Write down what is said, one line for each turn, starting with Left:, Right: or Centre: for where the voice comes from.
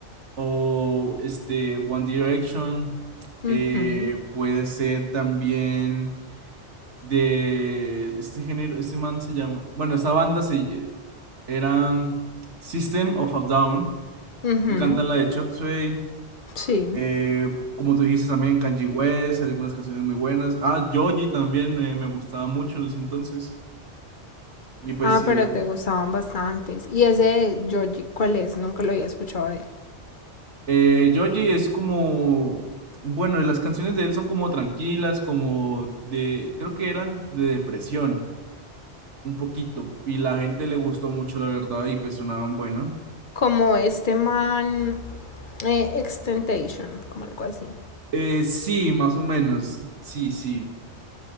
Right: o este One Direction,
Left: Ujú,
Right: eh, puede ser también de este género, este man se llama, bueno, esa banda se, eh, era mm, System of a Down,
Left: ujú,
Right: que cantan la de Chop Suey.
Left: Sí.
Right: Eh, como tú dijiste también, Kanye West, hay algunas canciones muy buenas. Ah, Joji también eh, me gustaba mucho en ese entonces. Y pues
Left: Ah,
Right: sí,
Left: pero te gustaban bastantes. Y ese de Georgie, ¿cuál es? Nunca lo había escuchado de él.
Right: eh, Joji es como, bueno, las canciones de él son como tranquilas, como de, creo que eran de depresión, un poquito. Y la gente le gustó mucho, la verdad, y pues sonaban bueno.
Left: Como este man eh, Extentation, como algo así.
Right: Eh, sí, más o menos, sí, sí.